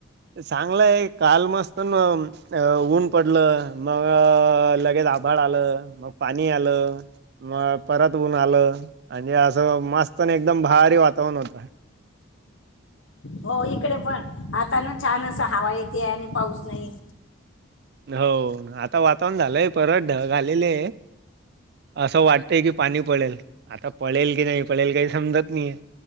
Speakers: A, on the right; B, on the left.
A: चांगलंय, काल मस्त न अ.. ऊन पड.. लं, म.. ग.. लगेच आभाळ आलं, मग पाणी आलं. मग परत ऊन आलं आणि असं मस्त आणि एकदम भारी वातावरण होत. हा <unintelligible>
B: हो इकडे पण, आता ना छान अस हवा येतीय आणि पाऊस नाही.
A: हो.. आता वातावरण झालंय परत ढग आलेले, असं वाटत की पाणी पडेल, आता पळेल की नाही पळेल काही समजत नाहीये.